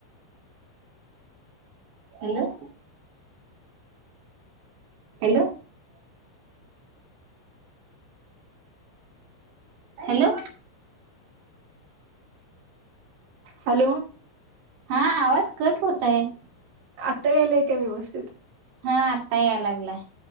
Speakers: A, on the right; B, on the right.
A: हॅलो हॅलो हॅलो
B: हॅलो
A: हा. आवाज कट होतंय
B: आत्ता यायलाय काय व्यवस्थित
A: हा आत्ता या लागलाय